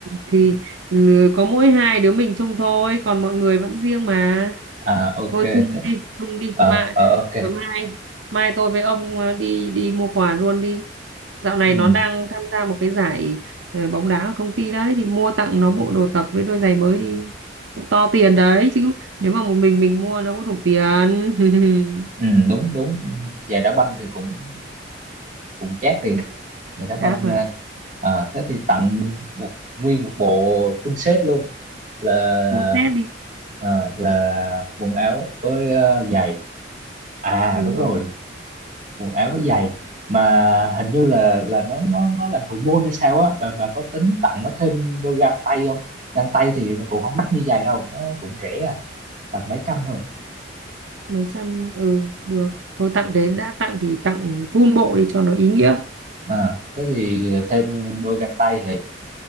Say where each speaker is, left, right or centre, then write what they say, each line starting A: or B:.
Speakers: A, on the right (about 80°); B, on the right (about 40°).
A: thì ừ, có mỗi hai đứa mình chung thôi còn mọi người vẫn riêng mà
B: à ok
A: thôi chung
B: thế
A: đi chung đi
B: ờ
A: mà
B: ờ ok
A: mai mai tôi với ông ờ, đi đi mua quà luôn đi dạo này
B: ừ
A: nó đang tham gia một cái giải ờ, bóng đá ở công ty đấy thì mua tặng nó bộ đồ tập với đôi giày mới đi cũng to tiền đấy chứ nếu mà một mình mình mua đâu có đủ tiền <laughs>
B: ừ đúng đúng giày đá banh thì cũng cũng chát thiệt
A: Ừ,
B: vậy đá banh
A: chát mà
B: ra à, thế thì tặng một nguyên một bộ full set luôn là
A: cũng xét đi
B: à, là quần áo với ờ, giày à
A: đúng
B: đúng
A: rồi
B: rồi quần áo với giày mà hình như là là nó nó nó làm thủ môn hay sao á bà bà có tính tặng nó thêm đôi găng tay không găng tay thì nó cũng không đắt như giày đâu nó cũng rẻ à tầm mấy trăm thôi
A: mấy trăm ừ được thôi tặng đến đã tặng thì tặng full bộ đi cho nó ý nghĩa
B: à thế thì thêm đôi găng tay thì